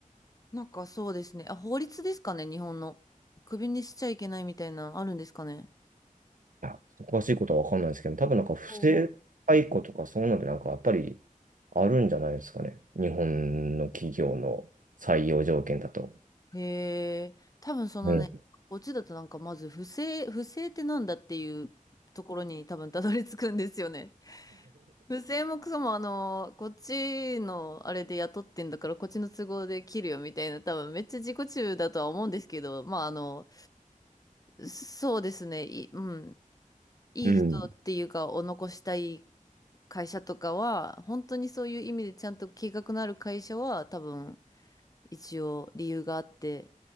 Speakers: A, on the left; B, on the right.
A: なんかそうですね。あ、法律ですかね、日本の。クビにしちゃいけないみたいなのあるんですかね。
B: いやちょっと詳しいことはわかんないですけど、多分なんか不正解雇とかそういうのでなんかやっぱりあるんじゃないですかね。
A: おうお
B: 日本の企業の採用条件だと。
A: へえ、多分そのね、
B: うん。
A: オチだとなんかまず不正、不正ってなんだっていうところに多分たどり着くんですよね。不正もクソもあの、こっちのあれで雇ってんだからこっちの都合で切るよみたいな、多分めっちゃ自己中だとは思うんですけど、まああの、そうですね、い、うん、いい人っていうかを残したい
B: うん。
A: 会社とかは、本当にそういう意味でちゃんと計画のある会社は、多分、一応理由があって、